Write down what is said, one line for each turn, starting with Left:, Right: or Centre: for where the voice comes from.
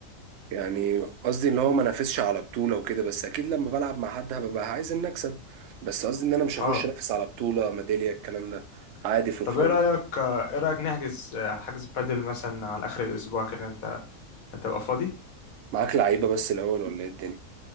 Right: يعني قصدي ان هو ما نافسش على بطولة وكده بس اكيد لما بلعب مع حد هبقى عايز ان اكسب بس قصدي ان انا مش هخش
Left: اه
Right: انافس على بطولة ميدالية الكلام ده عادي فور
Left: طب
Right: فن
Left: ايه رأيك ايه رأيك نحجز حجز بادل مثلا على اخر الاسبوع كده انت هتبقى فاضي؟
Right: معاك لعيبة بس الاول ولا ايه الدنيا